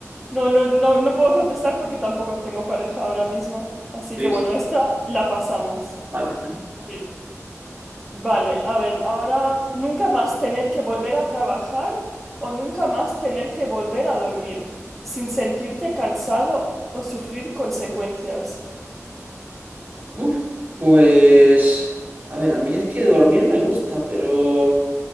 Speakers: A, in the centre; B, on the right (about 35°).
A: no, no, no, no puedo contestar porque tampoco tengo pareja ahora mismo. Así
B: Sí,
A: que bueno,
B: sí.
A: esta la pasamos.
B: Vale.
A: A ver, Vale, a ver, ahora nunca más tener que volver a trabajar o nunca más tener que volver a dormir sin sentirte cansado o sufrir consecuencias.
B: Uf, pues, a ver, a mí es que dormir me gusta, pero